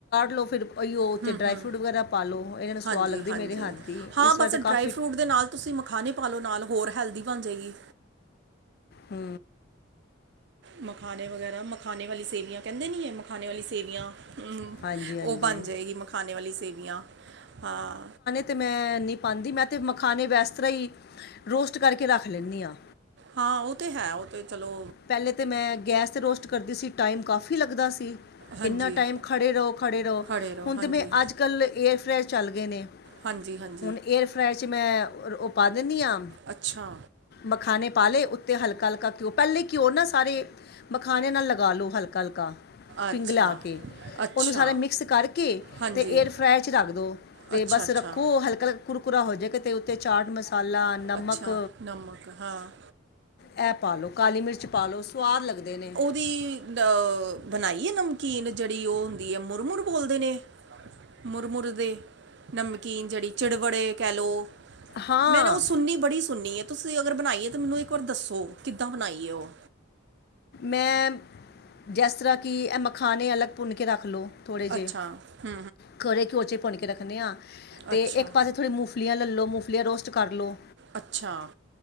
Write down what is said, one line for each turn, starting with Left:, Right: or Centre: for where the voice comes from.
Left: ਲਓ ਫਿਰ ਉਹੀਓ ਉੱਤੇ
Right: ਹੁ
Left: ਡਰਾਈ
Right: ਹੁ
Left: ਫਰੂਟ ਵਗੈਰਾ ਪਾ ਲਓ ਇਹਨਾਂ ਨੂੰ ਸਵਾਦ
Right: ਹਾਂਜੀ
Left: ਲੱਗਦੀ
Right: ਹਾਂਜੀ।
Left: ਮੇਰੇ ਹੱਥ ਦੀ
Right: ਹਾਂ
Left: ਇਸ
Right: ਬਸ
Left: ਵਾਰ ਤਾਂ
Right: ਡਰਾਈ
Left: ਕਾਫੀ
Right: ਫਰੂਟ ਦੇ ਨਾਲ ਤੁਸੀਂ ਮਖਾਨੇ ਪਾ ਲਓ ਨਾਲ ਹੋਰ ਹੈਲਦੀ ਬਨ ਜਾਏਗੀ
Left: ਹੁ
Right: ਮਖਾਨੇ ਵਗੈਰਾ ਮਖਾਨੇ ਵਾਲੀ ਸੇਵੀਆਂ ਕਹਿੰਦੇ ਨੀ ਏ ਮਖਾਨੇ ਵਾਲੀ ਸੇਵੀਆਂ ਹੁ
Left: ਹਾਂਜੀ ਹਾਂਜੀ
Right: ਉਹ ਬਨ ਜਾਏਗੀ ਮਖਾਨੇ ਵਾਲੀ ਸੇਵੀਆਂ ਹਾਂ।
Left: ਤੇ ਮੈਂ ਨੀ ਪਾਂਦੀ ਮੈਂ ਤੇ ਮਖਾਨੇ ਵੇਸ ਤਰ੍ਹਾਂ ਹੀ ਰੋਸਟ ਕਰਕੇ ਰੱਖ ਲੈਂਨੀ ਆ।
Right: ਹਾਂ ਉਹ ਤੇ ਹੈ ਉਹ ਤੇ ਚਲੋ
Left: ਪਹਿਲੇ ਤੇ ਮੈਂ ਗੈਸ 'ਤੇ ਰੋਸਟ ਕਰਦੀ ਸੀ ਟਾਈਮ ਕਾਫੀ ਲੱਗਦਾ ਸੀ।
Right: ਹਾਂਜੀ
Left: ਇੰਨਾ ਟਾਈਮ ਖੜ੍ਹੇ ਰਹੋ ਖੜ੍ਹੇ ਰਹੋ
Right: ਖੜੇ
Left: ਹੁਨ
Right: ਹਾਂਜੀ
Left: ਤਿਵੇਂ ਅੱਜ ਕੱਲ੍ਹ ਏਅਰ ਫਰਾਏਅਰ ਚੱਲ ਗਏ ਨੇ।
Right: ਹਾਂਜੀ ਹਾਂਜੀ
Left: ਹੁਨ ਏਅਰ ਫਰਾਏਅਰ ਚ ਮੈਂ ਉਹ ਪਾਹ ਦੇਨੀ ਆ
Right: ਅੱਛਾ
Left: ਮਖਾਨੇ ਪਾ ਲੇ ਉੱਤੇ ਹਲਕਾ ਹਲਕਾ ਘਿੳ ਪਹਿਲੇ ਘਿਉ ਨਾ ਸਾਰੇ ਮਖਾਨੇ ਨਾਲ ਲਗਾ ਲਓ ਹਲਕਾ ਹਲਕਾ
Right: ਅੱਛਾ
Left: ਪਿੰਗਲਾ ਕੇ।
Right: ਅੱਛਾ
Left: ਉਹਨੂੰ ਸਾਰਾ ਮਿਕਸ ਕਰਕੇ
Right: ਹਾਂਜੀ
Left: ਤੇ ਏਅਰ ਫਰਾਏਅਰ 'ਚ ਰੱਖ ਦੋ ਤੇ
Right: ਅੱਛਾ
Left: ਬਸ
Right: ਅੱਛਾ
Left: ਰੱਖੋ ਹਲਕਾ ਲ ਕੁਰਕੁਰਾ ਹੋ ਜੇ ਤੇ ਉੱਤੇ ਚਾਟ ਮਸਾਲਾ ਨਮਕ
Right: ਅੱਛਾ ਨਮਕ ਹਾਂ
Left: ਇਹ ਪਾ ਲੋ। ਕਾਲੀ ਮਿਰਚ ਪਾ ਲੋ ਸੁਆਦ ਲੱਗਦੇ ਨੇ।
Right: ਦੀ ਅ ਬਨਾਈ ਏ ਨਮਕੀਨ ਜੇਹੜੀ ਉਹ ਹੁੰਦੀ ਹੈ ਮੁਰਮੁਰ ਬੋਲਦੇ ਨੇ। ਮੁਰਮੁਰ ਦੇ ਨਮਕੀਨ ਜਿਹੜੀ ਚਿੜਵੜੇ ਕਿਹ ਲੋ।
Left: ਹਾਂ
Right: ਮੈਂਨ ਉਹ ਸੁਨੀ ਬੜੀ ਸੁਨੀ ਏ ਤੁਸੀਂ ਅਗਰ ਬਨਾਈ ਏ ਤੇ ਮੈਨੂੰ ਇੱਕ ਵਾਰ ਦੱਸੋ ਕਿੱਦਾਂ ਬਨਾਈ ਏ ੳਹ।
Left: ਮੈਂ ਜੇਸ ਤਰ੍ਹਾਂ ਕਿ ਇਹ ਮਖਾਨੇ ਅਲੱਗ ਭੁੰਨ ਕੇ ਰੱਖ ਲਉ। ਥੋੜੇ ਜਿਹੇ
Right: ਅੱਛਾ ਹਮ,
Left: ਖਰੇ ਘਿਉਚੇ ਭੁੰਨ ਕੇ ਰੱਖਨੇ ਹਾਂ ਤੇ
Right: ਅੱਛਾ
Left: ਏਕ ਪਾਸੇ ਥੋੜੀ ਮੁਫ ਮੂਫਲੀਆਂ ਲੈ ਲਉ ਮੂਫਲੀਆਂ ਰੋਸਟ ਲਉ।
Right: ਅੱਛਾ।